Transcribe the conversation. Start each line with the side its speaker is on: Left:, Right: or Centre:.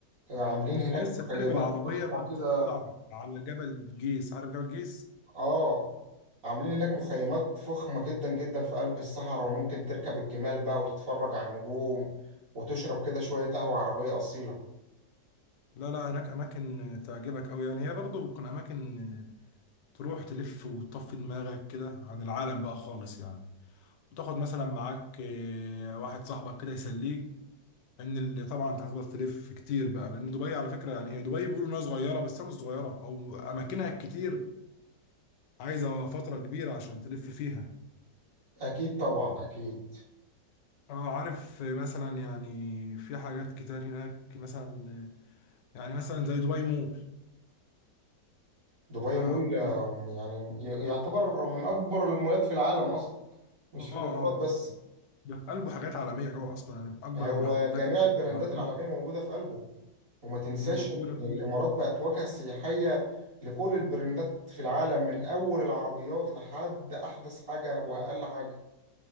Right: عاملين هناك
Left: لو عايز
Right: مخيمات
Left: تسافري بالعربيه
Right: فخمة
Left: بقى
Right: كده
Left: تطلع على جبل جيس عارف جبل جيس
Right: آه عاملين هناك مخيمات فخمة جدا جدا في قلب الصحراء وممكن تركب الجمال بقى وتتفرج على النجوم وتشرب كده شوية قهوة عربية أصيلة
Left: لا لا هناك اماكن تعجبك قوي يعني هي برضه بتكون اماكن آه، تروح تلف وتطفي دماغك كده عن العالم بقى خالص يعني وتاخد مثلا معاك آه، واحد صاحبك كده يسليك ان اللي طبعا انت هتفضل تلف كتير بقى لان دبي على فكره يعني هي دبي بيقولوا انها صغيره بس هي مش صغيره او اماكنها كتير عايزه فتره كبيره عشان تلف فيها
Right: أكيد طبعا أكيد
Left: اه عارف مثلا يعني في حاجات كتير هناك مثلا يعني مثلا زي دبي مول
Right: دبي
Left: ده
Right: مول آه،
Left: اه
Right: يعني ي- يعتبر من أكبر المولات في العالم أصلا مش
Left: اه
Right: في الإمارات بس
Left: ده في قلبه حاجات عالمية جوه أصلا يعني من أكبر
Right: هو
Left: المحلات
Right: جميع البراندات
Left: العالمية
Right: العالمية موجودة في قلبه وما تنساش
Left: موجودة
Right: إن
Left: فيه
Right: الإمارات بقت واجهة سياحية لكل البراندات في العالم من أول العربيات لحد أحدث حاجة وأقل حاجة